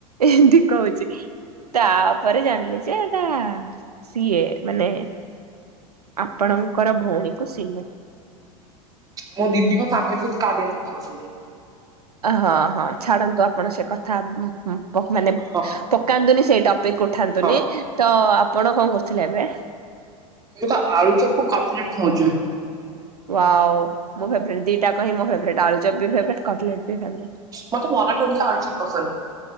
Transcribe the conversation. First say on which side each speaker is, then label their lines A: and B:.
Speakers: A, on the right (about 85°); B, on the right (about 20°).
A: ଏମିତି କହୁଛି ଡା ତାପରେ ଜାଣିଲି ଯେ ଏଟା ସିଏ ମାନେ ଆପଣଙ୍କର ଭଉଣୀକୁ ସିଲୁ
B: ମୋ ଦିଦି କ ତାଙ୍କରି ସହିତ କାରିଆରେ କଥା ହଉ ଥିଲେ।
A: ହଁ ହଁ ଛାଡନ୍ତୁ ଆପଣ ସେ କଥା ହୁଁ ହୁଁ। ମାନେ
B: ହଁ
A: ପକାନ୍ତୁନି ସେଇ ଟପିକ ଉଠାନ୍ତୁନି
B: ହଁ।
A: ତ ଆପଣ କଣ କରୁଥିଲେ ଏବେ।
B: ମୁଇଁ ତ ଆଳୁ ଚପ କପଲେଟ ଖାଉଛୁ।
A: ବାଉ ମୋ ଫେବରେଟ୍ ଦିଟା କହି ମୋ ଆଳୁ ଚପ୍ ବି ଫେବରେଟ୍ କପ ଲେଟ୍ ଫେବରେଟ୍।
B: ମଁ ତ ମରାଠ ମ ଖା ଆଳୁଚପ୍ ପସନ୍ଦ।